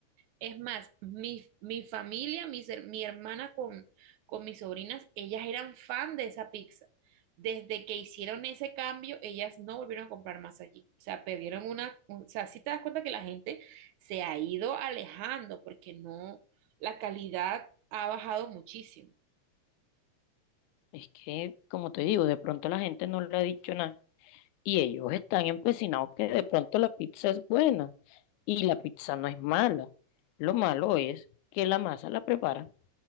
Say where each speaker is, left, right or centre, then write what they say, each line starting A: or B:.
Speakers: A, on the right; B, on the left.
A: Es más, mi, mi familia, mi, mi hermana con, con mis sobrinas, ellas eran fan de esa pizza. Desde que hicieron ese cambio, ellas no volvieron a comprar más allí. O sea, perdieron una, un- o sea, sí te das cuenta que la gente se ha ido alejando porque no, la calidad ha bajado muchísimo.
B: Es que, como te digo, de pronto la gente no le ha dicho nada y ellos están empecinados que de pronto la pizza es buena y la pizza no es mala. Lo malo es que la masa la preparan